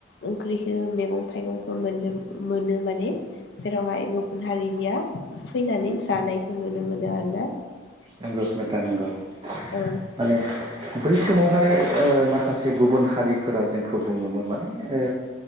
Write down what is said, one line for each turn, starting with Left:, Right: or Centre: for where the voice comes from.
Left: ओंख्रिखौ मैगं थाइगंखौ मोननो मोनो माने जेरावहाय गुबुन हारिनिया फैनानै जानायखौ नुनो मोनो आरो ना
Right: नंगौ नोंथां नंगौ
Left: औ
Right: माने बै समावहाय ओ माखासे गुबुन हारिफोरा जोंखौ बुङोमोन माने ओ